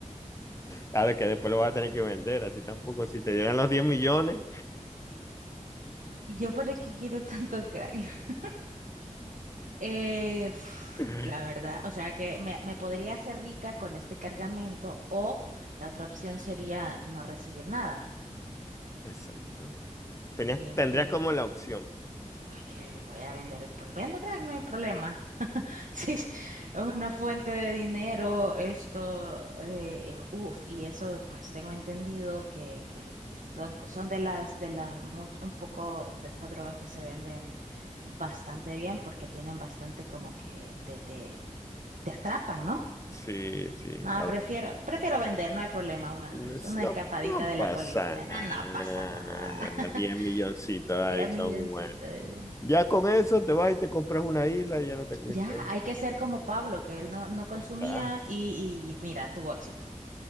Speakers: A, on the left (about 25°); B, on the right (about 80°).
A: Claro, que después lo vas a tener que vender, así tampoco. Si te dieran los diez millones.
B: Yo para qué quiero tanto crack. <laughs> Eh, uf,
A: <laughs>
B: la verdad, o sea que me, me podría hacer rica con este cargamento o la otra opción sería no recibir nada.
A: Exacto. Tenías,
B: Creo
A: tendrías
B: que...
A: como la opción.
B: Pues que voy a vender, pues vendo crack, no hay problema. <laughs> Sí, es una fuente de dinero, esto, eh, uff, y eso pues tengo entendido que, que son, son de las, de las, much- un poco de estas drogas que se venden bastante bien porque tienen bastante como que te, te, te atrapan, ¿no?
A: Sí, sí.
B: Nada,
A: a
B: prefiero,
A: ver.
B: prefiero vender, no hay problema, una,
A: No,
B: es
A: es-
B: una
A: no-
B: escapadita
A: no
B: de
A: pasa
B: la policía,
A: nada.
B: Ah, no pasa nada. <laughs>
A: 10 milloncitos ahí
B: Ya milloncito.
A: son buenos.
B: eh.
A: Ya con eso te vas y te compras una isla y ya no te...
B: Ya,
A: te-
B: hay que ser como Pablo, que él no, no consumía
A: Ya está,
B: y, y mira, tuvo éxito.